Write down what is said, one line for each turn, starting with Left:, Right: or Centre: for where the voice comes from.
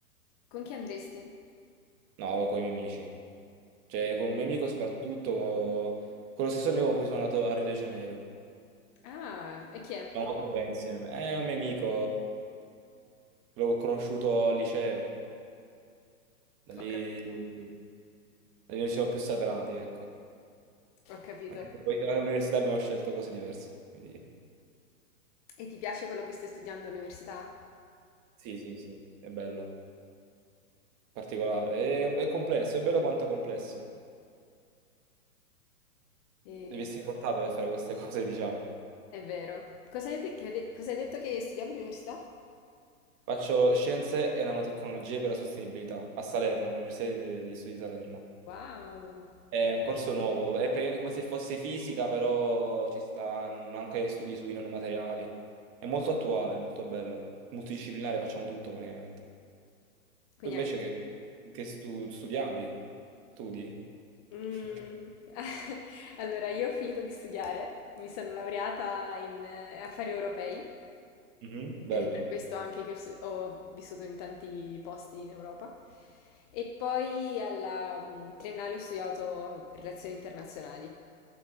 Left: Con chi andresti?
Right: No, con i miei amici, cioè con un mio amico soprattutto, con lo stesso amico con cui sono andato a Rio de Janeiro.
Left: Ah, e chi è? Ho
Right: Stiamo molto bene insieme. È un mio amico, l'ho conosciuto al liceo, da lì,
Left: capito,
Right: da lì non ci siamo più separati, ecco.
Left: ho capito.
Right: <laughs> Anche se Poi all'università abbiamo scelto cose diverse, quindi
Left: E ti piace quello che stai studiando all'università?
Right: sì, sì, sì, è bello, particolare. È, è complesso, è bello quanto complesso.
Left: E...
Right: Devi essere portato per fare queste cose, diciamo.
Left: È vero. Cosa hai de- che de- cosa hai detto che studiavo all'università?
Right: Faccio scienze e nanotecnologie per la sostenibilità a Salerno, all'Università de- degli Studi di Salerno.
Left: Wow.
Right: È un corso nuovo, è praticamente come se fosse fisica, però ci stanno anche studi sui nanomateriali. È molto attuale, è molto bello. Multidisciplinare, facciamo tutto praticamente.
Left: Quindi
Right: Tu invece
Left: anche...
Right: che, che stu- studiavi? Studi?
Left: Mm.
Right: <laughs>
Left: <laughs> Allora, io ho finito di studiare, mi sono laureata in eh, affari europei
Right: Mhm. Bello.
Left: ed è per questo anche che ho, stu- ho vissuto in tanti posti in Europa. E poi alla mm, triennale ho studiato relazioni internazionali.